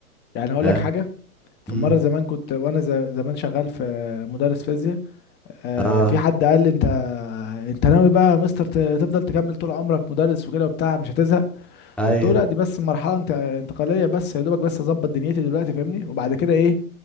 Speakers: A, on the left; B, in the centre.
A: يعني هقول
B: فاهم
A: لك حاجه في
B: امم
A: مره زمان كنت وانا ز- زمان شغال في مدرس فيزياء آه،
B: اه
A: في حد قال لي انت انت ناوي بقى يا مستر ت- تفضل تكمل طول عمرك مدرس وكده وبتاع مش هتزهق
B: ايوه
A: فقلت له لا دي بس مرحله انت انتقاليه بس يا دوبك بس اظبط دنيتي دلوقتي فاهمني وبعد كده ايه